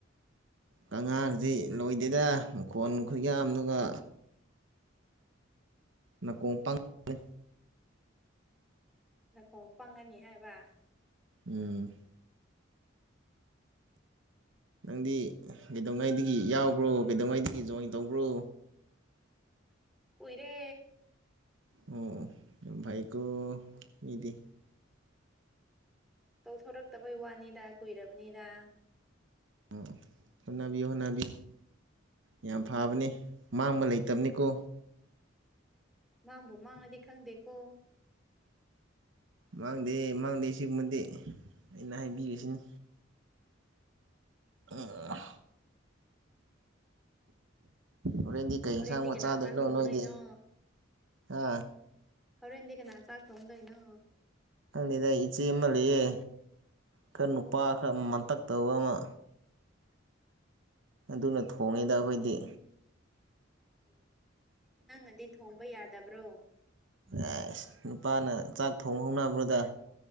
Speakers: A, on the right (about 70°); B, in the centre.
A: ꯀꯥꯡꯉꯥꯗꯤ ꯂꯣꯏꯗꯦꯗ ꯃꯈꯣꯟ ꯈꯨꯌꯥꯝꯗꯨꯒ ꯅꯥꯀꯣꯡ ꯄꯪꯕꯅꯦ
B: ꯅꯥꯀꯣꯡ ꯄꯪꯉꯥꯅꯤ ꯍꯥꯏꯕ
A: ꯎꯝ ꯅꯪꯗꯤ ꯀꯩꯗꯧꯉꯩꯗꯒꯤ ꯌꯥꯎꯕ꯭ꯔꯣ ꯀꯩꯗꯧꯉꯩꯗꯒꯤ ꯖꯣꯏꯟ ꯇꯧꯕ꯭ꯔꯣ
B: ꯀꯨꯏꯔꯦ
A: ꯑꯣ ꯌꯝ ꯐꯩꯀꯣ ꯃꯤꯗꯤ
B: ꯇꯧꯊꯣꯔꯛꯇꯕꯩ ꯋꯥꯅꯤꯗ ꯀꯨꯏꯔꯕꯅꯤꯗ
A: ꯑꯣ ꯑꯣ ꯍꯣꯠꯅꯕꯤꯌꯨ ꯍꯣꯠꯅꯕꯤ ꯌꯥꯝ ꯐꯕꯅꯤ ꯃꯥꯡꯕ ꯂꯩꯇꯝꯅꯦꯀꯣ
B: ꯃꯥꯡꯕꯨ ꯃꯥꯡꯂꯗꯤ ꯈꯪꯗꯦꯀꯣ
A: ꯃꯥꯡꯗꯦ ꯃꯥꯡꯗꯦ ꯁꯤꯒꯨꯝꯕꯗꯤ ꯑꯩꯅ ꯍꯥꯏꯕꯤꯔꯤꯁꯤꯅꯤ ꯎꯝꯝ ꯍꯥ ꯍꯣꯔꯦꯟꯗꯤ ꯀꯩ
B: ꯍꯣꯔꯦꯟꯗꯤ
A: ꯌꯦꯟꯁꯥꯡ ꯃ
B: ꯀꯅꯥ
A: ꯆꯥꯗꯣꯏꯅꯣ
B: ꯆꯥꯛ ꯊꯣꯡꯗꯣꯏꯅꯣ
A: ꯅꯣꯏꯗꯤ ꯍꯥ
B: ꯍꯣꯔꯦꯟꯗꯤ ꯀꯅꯅꯥ ꯆꯥꯛ ꯊꯣꯡꯗꯣꯏꯅꯣ
A: ꯈꯪꯗꯦꯗ ꯏꯆꯦ ꯃꯥ ꯂꯩꯌꯦ ꯈꯔ ꯅꯨꯄꯥ ꯈꯔ ꯃꯟꯇꯛꯇꯧꯕ ꯑꯃ ꯑꯗꯨꯅ ꯊꯣꯡꯉꯦꯗ ꯑꯩꯈꯣꯏꯗꯤ
B: ꯑꯣ ꯅꯪꯅꯗꯤ ꯊꯣꯡꯕ ꯌꯥꯗꯕ꯭ꯔꯣ
A: ꯑꯦꯁ ꯅꯨꯄꯥꯅ ꯆꯥꯛ ꯊꯣꯡꯍꯧꯅꯕ꯭ꯔꯣꯗ